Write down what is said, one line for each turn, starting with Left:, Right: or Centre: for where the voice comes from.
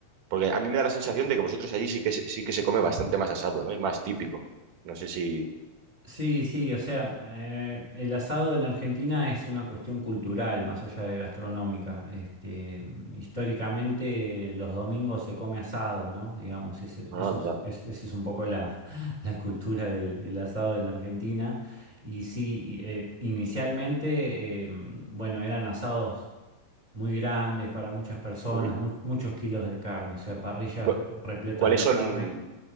Right: Porque a mí me da la sensación de que vosotros allí sí que, se- sí que se come bastante más asado, ¿no? Es más típico. No sé si.
Left: Sí, sí, o sea, eh, el asado en Argentina es una cuestión cultural, más allá de gastronómica. Este, históricamente los domingos se come asado, ¿no? Digamos, ese es-
Right: Ah,
Left: eso
Right: Anda.
Left: es, es- esa es un poco la, <laughs> la cultura del, del asado en Argentina. Y sí, y, eh, inicialmente, eh, bueno, eran asados muy grandes para muchas personas,
Right: ¿Mm?
Left: mu- muchos kilos de carne, o sea, parrillas
Right: ¿Cu-
Left: repletas
Right: ¿Cuáles
Left: de
Right: son,
Left: carne.